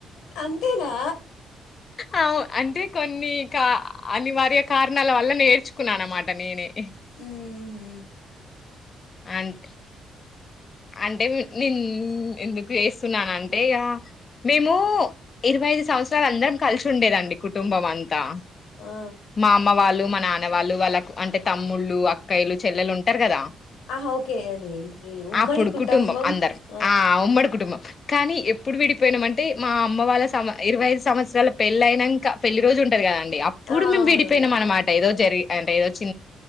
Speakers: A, on the left; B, on the left.
A: అంతేనా
B: అ అంటే కొన్ని కా అనివార్య కారణాల వల్ల నేర్చుకున్నాను అనమాట నేనే ఏ
A: ఊహూ
B: అండ్ అంటే నేను ఎందుకు చేస్తున్నాన అంటే ఇ మేము ఇరవై ఐదు సంవత్సరలు అందరం కలిసి ఉండేదండి కుటుంబం అంతా
A: ఆ
B: మా అమ్మ వాళ్ళు మా నాన్న వాళ్ళు వాళ్ళకు అంటే తమ్ముళ్ళు అక్కయలు చెల్లెలు ఉంటారు కదా
A: ఆ ఓకే అద ఏంటిది ఉమ్మడి
B: అప్పుడు
A: కుటబం
B: కుటుంబం అందరం
A: ఆ
B: ఉమ్మడి కుటుంబం కానీ ఎప్పుడు విడిపోయినాం అంటే మా అమ్మ వాళ్ళ సమ ఇరవై ఐదు సంవత్సరాల పెళ్లి అయినాక పెళ్లి రోజు ఉంటారు కదా అప్పుడు
A: ఆ
B: మేము
A: అవునవును
B: విడిపోయినాం అనమాట ఏదో జరి అంటే ఏదో చి